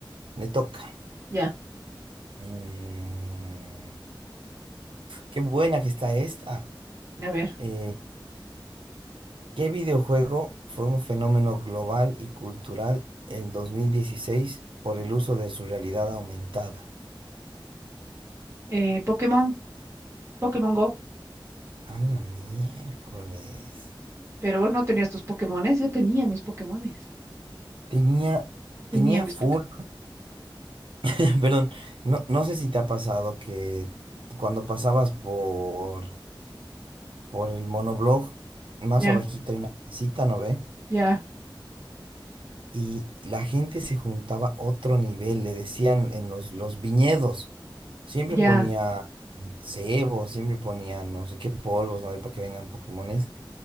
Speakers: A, on the right; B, on the right.
A: me toca.
B: Ya.
A: Mm, qué buena que está esta.
B: A ver.
A: Eh, ¿Qué videojuego fue un fenómeno global y cultural en 2016 por el uso de su realidad aumentada?
B: Eh, Pokémon. Pokémon Go.
A: A la miércoles.
B: Pero vos no tenías tus Pokémones. Yo tenía mis Pokémones.
A: Tenía,
B: Tenía
A: tenía
B: mis
A: full,
B: Pokémon.
A: <laughs> perdón, no, no sé si te ha pasado que cuando pasabas por, por el monoblog, más
B: Ya,
A: abajito hay una casita, ¿no ve?
B: ya,
A: y la gente se juntaba a otro nivel, le decían en los, los viñedos, siempre
B: ya.
A: ponía cebo, siempre ponía no sé qué polvos, no hay para que vengan Pokémones.